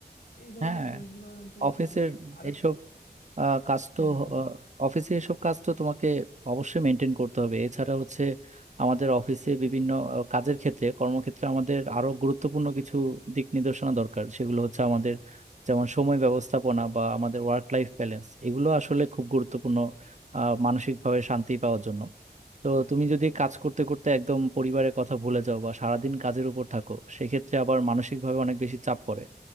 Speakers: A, on the left (about 60°); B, on the right (about 45°).
A: এই ধরনের
B: হ্যাঁ
A: জিনিসগুলো তো
B: অফিসের
A: উচিত না আরেক
B: এইসব আহ, কাজ
A: হ্যাঁ
B: তো
A: হ্যাঁ বলো
B: আহ, অফিসে এসব কাজ তো তোমাকে অবশ্যই মেনটেন করতে হবে এছাড়া হচ্ছে আমাদের অফিসে বিভিন্ন আহ, কাজের ক্ষেত্রে কর্মক্ষেত্রে আমাদের আরো গুরুত্বপূর্ণ কিছু দিক নির্দেশনা দরকার সেগুলো হচ্ছে আমাদের যেমন সময় ব্যবস্থাপনা বা আমাদের ওয়ার্ক লাইফ ব্যালেন্স এগুলো আসলে খুব গুরুত্বপূর্ণ আহ মানসিকভাবে শান্তি পাওয়ার জন্য তো তুমি যদি কাজ করতে করতে একদম পরিবারের কথা ভুলে যাও বা সারাদিন কাজের উপর থাকো সেক্ষেত্রে আবার মানসিকভাবে অনেক বেশি চাপ পড়ে